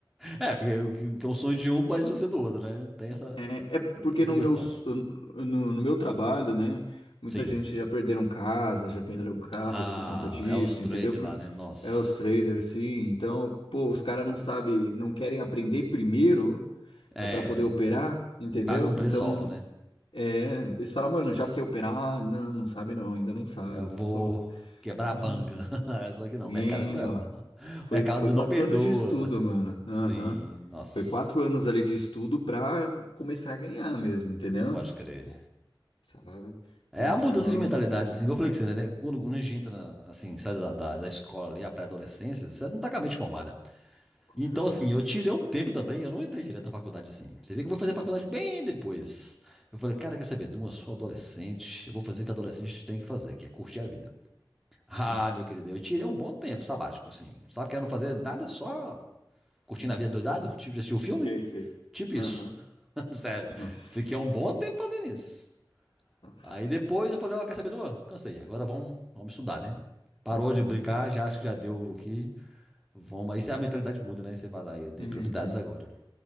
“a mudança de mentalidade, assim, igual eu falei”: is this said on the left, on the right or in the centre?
Centre